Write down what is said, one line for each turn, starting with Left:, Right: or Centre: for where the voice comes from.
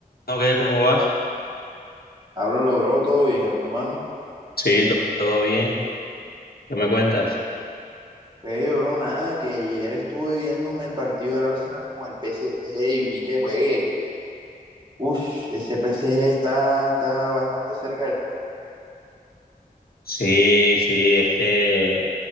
Left: ¿O qué? ¿Cómo vas?
Right: Hablo, logró todo bien, hermano.
Left: Sí, to- todo bien. ¿Qué me cuentas?
Right: pues bro nada, que ayer estuve viéndome el partido del Arsenal con el PSG y vi que juegue. Uff, ese PSG está, está bastante cerca del...
Left: Sí, sí, este